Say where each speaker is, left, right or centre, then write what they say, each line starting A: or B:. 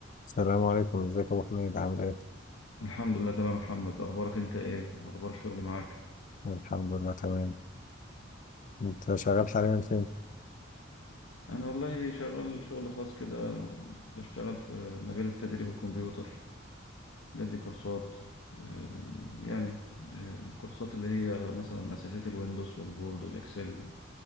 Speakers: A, on the left; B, on the left.
A: السلام عليكم ازيك يا ابو حميد عامل ايه؟
B: الحمد لله تمام يا محمد اخبارك انت ايه اخبار الشغل معاك
A: الحمد لله تمام انت شغال حاليا فين؟
B: انا والله شغال شغل خاص كده بشتغل في مجال تدريب الكمبيوتر بدي كورسات آه، يعني آه، كورسات اللي هي مثلا اساسيات الويندوز والوورد والاكسل